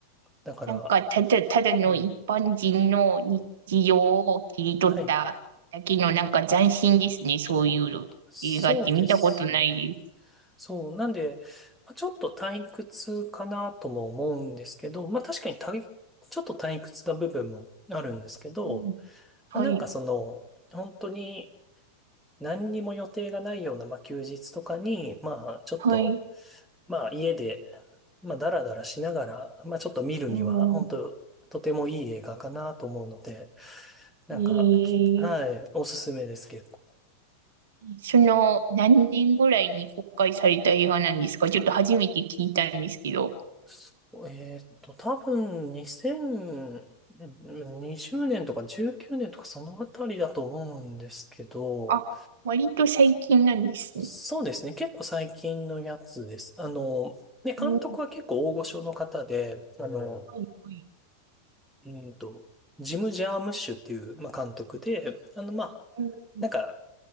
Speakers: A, in the centre; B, on the right.
A: だから、
B: なんか、ただ、ただの一般人の日常を切り取っただけの、
A: はい。はい。
B: なんか斬新ですね。そういうの映画って見たことないです。
A: そうですね。そう、なんで、まあちょっと退屈かなとも思うんですけど、まあ確かに退ちょっと退屈な部分もあるんですけど、
B: うん。はい。
A: まあなんかその、本当に何にも予定がないような、まあ休日とかに、まあちょっと、
B: はい。
A: まあ家で、まあダラダラしながら、まあちょっと見るには、
B: うん。
A: 本当とてもいい映画かなと思うので、なんか、
B: え
A: きはい、
B: ー
A: おすすめです結構。
B: その、何年ぐらいに公開された映画なんですかちょっと初めて聞いたんですけど。
A: そうえーっと、多分2020年とか19年とかそのあたりだと思うんですけど、
B: あ、割と最近なんですね。
A: そうですね、結構最近のやつです。あの、ね、監督は結構大御所の方で、
B: うん。
A: あうの、
B: はい。はい。
A: ん。えーっと、ジム・ジャームッシュっていう、まあ、監督で、あの、まあ、
B: うん。
A: なんか、